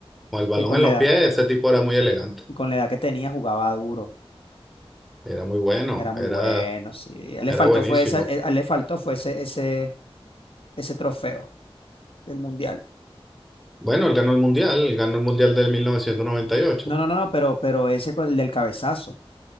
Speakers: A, in the centre; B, on the left (about 65°).
A: Con el balón
B: Y con
A: en
B: la
A: los
B: edad,
A: pies, ese tipo era muy elegante.
B: y con la edad que tenía jugaba duro.
A: Era muy bueno,
B: Era muy
A: era,
B: bueno, sí. A él le
A: era
B: faltó
A: buenísimo.
B: fue esa, eh, a él le faltó fue ese, ese, ese trofeo del mundial.
A: Bueno, él ganó el Mundial, él ganó el Mundial del mil novecientos noventa y ocho
B: No, no, no, no, pero, pero ese con el del cabezazo.